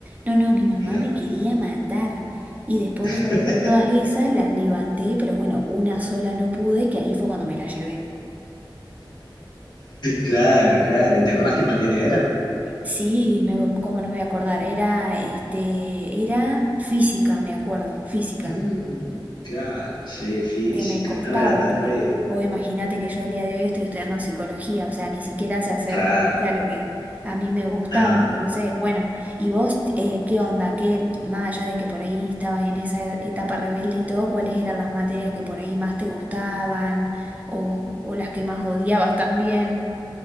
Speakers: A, on the right; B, on the left.
A: No, no, mi mamá
B: Mira.
A: me quería matar. Y después
B: <laughs>
A: vos sabés que todas esas las levanté, pero bueno, una sola no pude, que ahí fue cuando me la llevé.
B: Claro, claro, ¿y te acordás qué materia era?
A: Sí, me, cómo no me voy a acordar, era, este, era física, me acuerdo, física.
B: Mm, claro, sí, física,
A: que me costaba,
B: no, era terrible,
A: porque vos imagínate que yo al día de hoy estoy estudiando psicología, o sea, ni siquiera se acerca
B: claro,
A: ¿viste? a lo que a mí me gustaba.
B: no.
A: Entonces, bueno, ¿y vos eh, qué onda? ¿Qué, más allá de que por ahí estabas en esa e- etapa rebelde y todo, cuáles eran las materias que por ahí más te gustaban o, o las que más odiabas también?